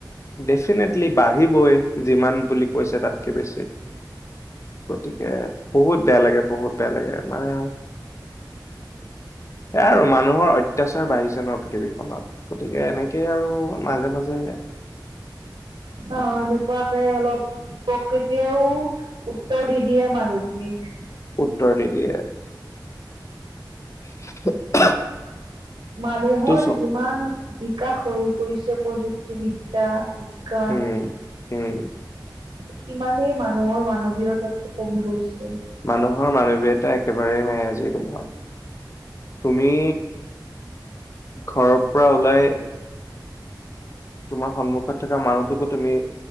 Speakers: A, on the left; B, on the right.
A: ফটল বাঢ়িবই যিমান বুলি কৈছে তাতকে বেছি, গতিে বহুত বেয়া লাগে, বহুত বেয়া লাগে মানে। সে আৰু মানুহৰ অত্যাচাৰ বাঢ়িছে নহ পৃথিৱীখনত। গতিকে এনেকেই আৰু। মাজে মাজে
B: অ এনেকুৱুৱাকে অলপ। প্ৰকৃতিয়ও উত্তৰ দি দিয়ে মানুহখিনিক।
A: উত্তৰ দি দিয়ে।
B: মানুহৰ
A: এইটো চব
B: যিমান। বিকাশ হৈ গৈছে প্ৰযুক্তিবিদ্্যা। কণ
A: উম উম
B: সিমানেই মানুহৰ মানৱীয়তাতটো কমি গৈছে
A: মানুহৰ মানৱীয়তা একেবাৰেেই নাই আজিৰ দিনত তুমি ঘৰৰ পৰা ওলাই তোমাৰ সন্মুখত থকা মানুহটোকো তুমি